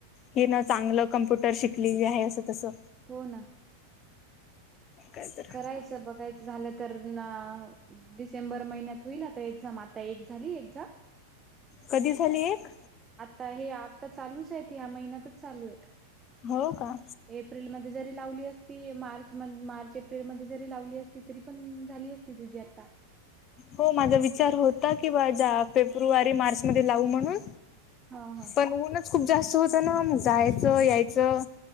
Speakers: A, on the left (about 35°); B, on the right (about 20°).
A: हिन चांगलं कम्प्युटर शिकलेली हाय असं तसं.
B: हो ना.
A: काय तर
B: करायचं बघायचं झालं तर ना डिसेंबर महिन्यात होईल आता एक्झाम आता एक झाली एक्झाम.
A: कधी झाली एक?
B: ता हे आत्ता चालूच आहेत या महिन्यातच चालू येत.
A: हो का
B: एप्रिल म जरी लावली असती मार्च म मार्च अप्रल मध्ये जरी लावली असती तरी पण झाली असती तुझी आता
A: हो माझा विचार होता की बा जा फेब्रुवारी मार्च मध्ये लावू म्हणून.
B: हा हा
A: पण ऊनच खूप जास्त होतं ना मग जायचं यायचं.